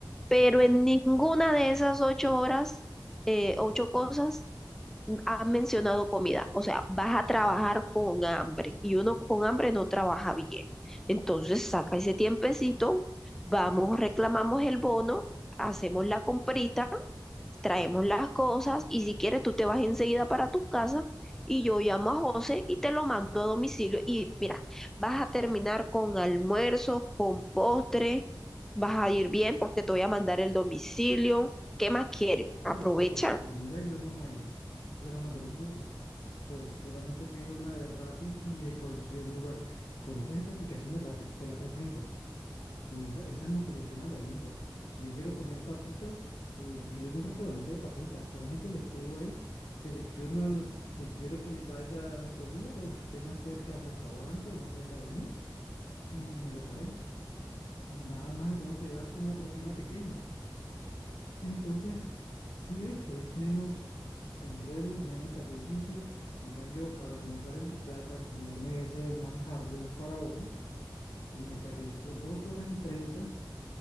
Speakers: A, in the centre; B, on the left.
A: pero en ninguna de esas ocho horas, eh, ocho cosas, han mencionado comida. O sea, vas a trabajar con hambre y uno con hambre no trabaja bien. Entonces, saca ese tiempecito, vamos, reclamamos el bono, hacemos la comprita traemos las cosas y si quieres tú te vas enseguida para tu casa y yo llamo a José y te lo mando a domicilio y mira, vas a terminar con almuerzo, con postre, vas a ir bien porque te voy a mandar el domicilio. ¿Qué más quieres? Aprovecha.
B: Oh, eso por comida yo no me, yo no me preocupo. Pues solamente pido una de Rappi y de cualquier lugar. ¿Conoces esa aplicación de Rappi? Te la presento. con esa, esa nos soluciona la vida. Si yo quiero comer papitas, eh, pido en un restaurante de papitas. Solamente le escribo ahí, selecciono al que quiero que me traiga mi comida o el que esté más cerca al restaurante o más cerca de mí y me lo trae. Y nada más le tengo que dar una propina pequeña. Entonces, si ves, es menos enredo, menos sacrificio. En cambio, para almorzar en tu casa, comerme ese manjar de un faraón, me sacrifico dos horas y treinta